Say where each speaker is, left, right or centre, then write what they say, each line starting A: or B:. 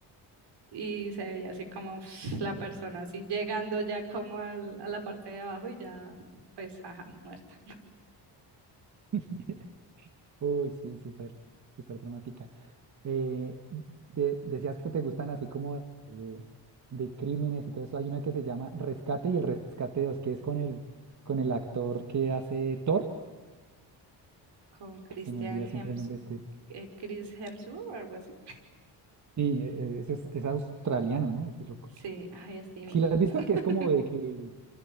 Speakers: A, on the right; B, on the right.
A: y se veía así como <laughs> <sniffs> la persona así llegando ya como al- a la parte de abajo y ya pues ajá, muerta.
B: <laughs> Uy, sí, súper, súper dramática. Eh, de- decías que te gustan así como de, de crímenes y todo eso. Hay una que se llama Rescate y el Rescate 2 que es con el, con el actor que hace Thor.
A: Con Christian
B: Ah, Se me olvida
A: Hems,
B: siempre el nombre de este.
A: eh, Chris Hemsworth o algo así.
B: Sí, e- e- ese es, es australiano, ¿no? Ese loco.
A: Sí, ay, es divino.
B: Si lo has visto,
A: <laughs>
B: que es como de que